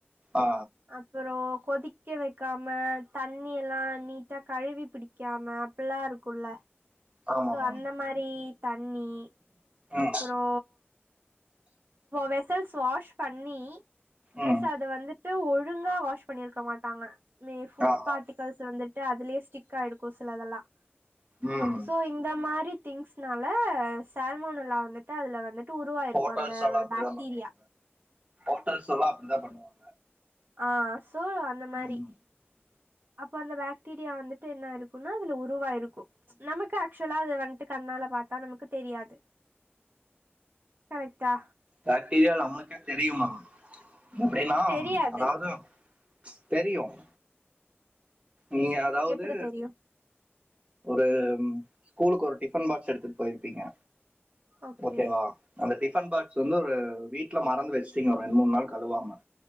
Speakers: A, on the right (about 30°); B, on the right (about 50°).
A: ஆ
B: அப்புறோ கொதிக்க வைக்காம தண்ணி எல்லாம் நீட்டா கழுவி பிடிக்காம அப்பில்லாம் இருக்கும்ல்ல
A: ஆமா
B: சோ
A: மேம்
B: அந்த மாரி தண்ணி
A: ம்
B: அப்புறோ வெசல்ஸ் வாஷ் பண்ணி பிளஸ்
A: ம்
B: அத வந்து ஒழுங்கா வாஷ் பண்ணிருக்க மாட்டாங்க மே ஃபுட்
A: ஆமா
B: பாட்டிகல்ஸ் வந்துட்டு அதுலயே ஸ்டிக் ஆய்டுக்கும் சில தெல்லாம்
A: ம்
B: சோ இந்த மாரி திங்ஸ்னால சால்மன்னுலா வந்துட்டு அதுல வந்துட்டு ஒரு உருவாயிருக்கு
A: ஹோட்டல்ஸ்
B: அந்த
A: எல்லாம் அப்படிதான்
B: பாக்டீரியா
A: பண்ணுவாங்க ஹோட்டல்ஸ் எல்லாம் அப்படிதான் பண்ணுவாங்க
B: ஆஹ் சோழ அந்த மாதிரி
A: ம்
B: அப்ப அந்த பாக்டீரியா வந்துட்டு என்ன இருக்குனா அதுல உருவா இருக்கும் நமக்கு ஆக்சுவலா அது வந்துட்டு கண்ணால பாத்தா நமக்கு தெரியாது கரெக்டா
A: பாக்டீரியா நமக்கே தெரியும்மாம் அப்படின்னா
B: தெரியாது
A: அதாவது தெரியும் நீங்க அதாவது
B: எப்டி தெரியு
A: ஒரு ஸ்கூலுக்கு ஒரு டிஃபன் பாக்ஸ் எடுத்துட்டு போயிருப்பீங்க
B: ஓகே
A: ஓக்கேவா அந்த டிஃப பன் பாக்ஸ் வந்து ஒரு வீட்டுல மறந்து வச்சுட்டீங்க ஒரு ரெண்டு மூணு நாள் கழுவாம